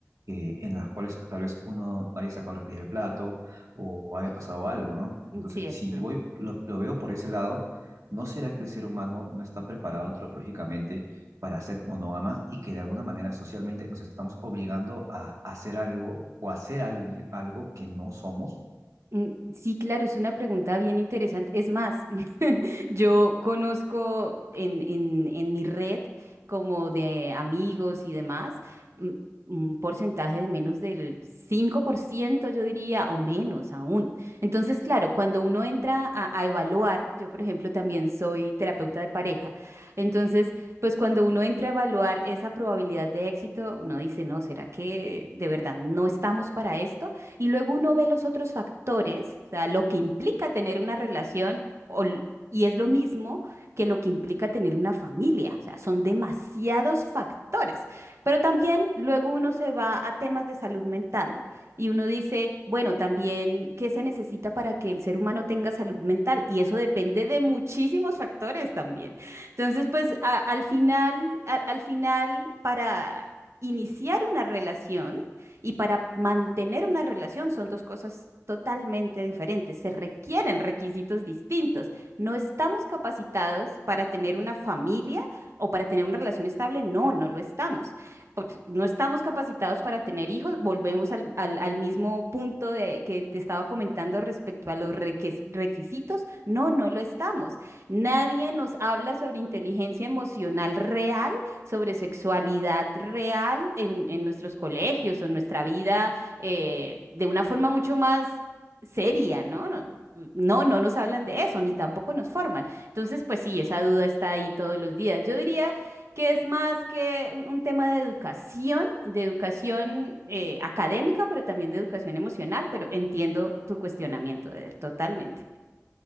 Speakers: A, on the right; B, on the right.
A: eh, en las cuales tal vez uno haya sacado los pies del plato o haya pasado algo, ¿no? Entonces,
B: Cierto.
A: si yo voy, lo, lo veo por ese lado, ¿no será que el ser humano no está preparado antropológicamente para ser monógama y que de alguna manera socialmente nos estamos obligando a hacer algo o hacer algo, algo que no somos?
B: Mm, Sí, claro, es una pregunta bien interesante. Es más, <laughs> yo conozco en, en, en mi red como de amigos y demás, mm, un porcentaje de menos del 5%, yo diría, o menos aún. Entonces, claro, cuando uno entra a, a evaluar, yo por ejemplo también soy terapeuta de pareja, entonces, pues cuando uno entra a evaluar esa probabilidad de éxito, uno dice, no, ¿será que de verdad no estamos para esto? Y luego uno ve los otros factores, o sea, lo que implica tener una relación o l- y es lo mismo que lo que implica tener una familia, o sea, son demasiados factores. Pero también luego uno se va a temas de salud mental y uno dice, bueno, también, ¿qué se necesita para que el ser humano tenga salud mental? Y eso depende de muchísimos factores también. Entonces, pues a- al final, a- al final, para iniciar una relación, y para mantener una relación son dos cosas totalmente diferentes. Se requieren requisitos distintos. No estamos capacitados para tener una familia o para tener una relación estable. No, no lo estamos. Pues, No estamos capacitados para tener hijos. Volvemos al, al- al mismo punto de, que te estaba comentando respecto a los reques- requisitos. No, no lo estamos. Nadie nos habla sobre inteligencia emocional real sobre sexualidad real en, en nuestros colegios o en nuestra vida eh, de una forma mucho más seria, ¿no? No, no no nos hablan de eso, ni tampoco nos forman. Entonces, pues sí, esa duda está ahí todos los días. Yo diría que es más que un, un tema de educación, de educación eh, académica, pero también de educación emocional, pero entiendo tu cuestionamiento, Eder, totalmente.